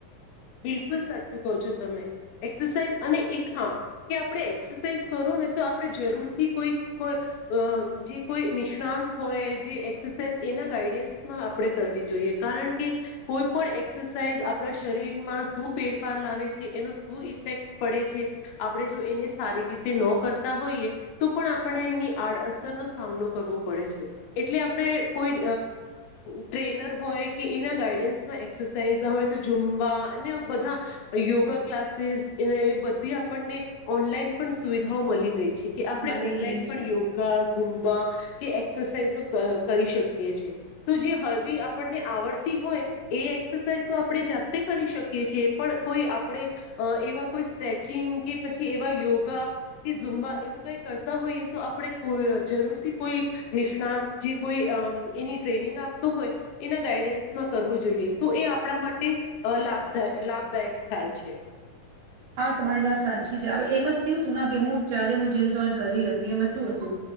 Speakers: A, on the left; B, on the right.
A: બિલકુલ સાચું કહો છો તમે એક્સરસાઇઝ અને એક હા કે આપણે એક્સરસાઇઝ કરો ને તો આપણે જરૂરથી કોઈ કો જે કોઈ નિષ્ણાત હોય જે એક્સરસાઇઝ એના ગાઈડન્સમાં આપણે કરવી જોઈએ કારણ કે કોઈ પણ એક્સરસાઇઝ આપણા શરીર. ફફ છે એનો શું ઇફેક્ટ પડે છે આપણે જો એને સારી રીતે ન કરતા હોઈએ તો પણ આપણે એની આડઅસરનોો સામનો કરવો પડે છે એટલે આપણે કોઈ ટ્રેનર હોય કે એના ગાઈડન્સમાં એઝ હોય તોવા. એને બધા. યોગા ક્લાસીસ. એ એ બધી આપણને ઓનલાઈન પણ સુવિધાઓ મળી ગઈ છે. કે આપણે
B: મળી
A: ઓનલાઈન
B: ગઈ
A: પણ
B: છે.
A: યોગા ઝુમબા. કે એક્સરસાઇઝો કરી શકીએ છે તો જે હળવી આપણને આવડતી હોય એ એક્સરસાઇઝ તો આપણે જાતે કરી શકીએ. પણ કોઈ આપણે એવા કોઈ સ્ટ્રેચિંગ કે પછી એવા યોગા કે ઝુંમબા એવું કઈ કરતા હોઈએ તો આપણે જરૂરથી કોઈ નિષ્ણાત જે કોઈ એની ટ્રેનિંગ આપતો હોય એના ગાઈડન્સમાં કરવું જોઈએ તો એ આપણા માટે લાભ. લાભદાયક થાય છે.
B: હા તમારી વાત સાચી છેવે એમ થયું હતું કે હું જયારે હું જેમ જોઈન કરી હતી એમાં શું હતું.